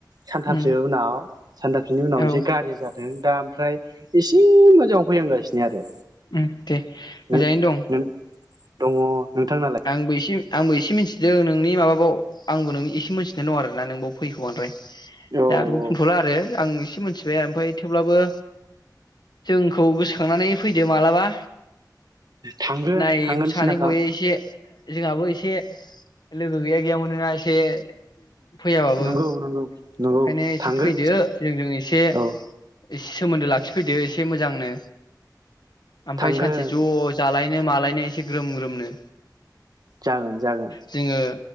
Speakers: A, on the right; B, on the left.
A: सानथामसो
B: उम
A: उनाव सानथामसोनि उनाव
B: औ
A: एसे गाज्रि जादों। दाम ओमफ्राय एसे मोजाङाव फैहांगासिनो आरो।
B: उम दे मोजाङैनो
A: नों
B: दं।
A: नों दङ। नोंथांनालाय
B: आंबो एसे आंबो एसे मिथिदों नोंनि माबाबाव आंबो नोंनि एसे मोनथिनाय दं आरो <unintelligible> बांद्राय
A: औ
B: दा आं
A: औ
B: बुंथ'ला आरो आं मिथिबाय ओमफ्राय थेवब्लाबो जोंखौ गोसोखांनानै फैदो मालाबा
A: थांगोन
B: नाय
A: थांगोन
B: सानै
A: सिन्थाखा
B: हय एसे। जोंहाबो एसे लोगो गैया गैया मोनोना एसे फैयाबाबो
A: नंगौ नंगौ। नंगौ
B: ओंखायनो एसे
A: थांगोन
B: फैदो जोंजों एसे
A: औ
B: एसे सोमोन्दो लाखिफैदो एसे मोजांनो। ओमफ्राय
A: थांगोन
B: सानसे ज' जालाय मालायनो एसे ग्रोम ग्रोमनो।
A: जागोन जागोन।
B: जोङो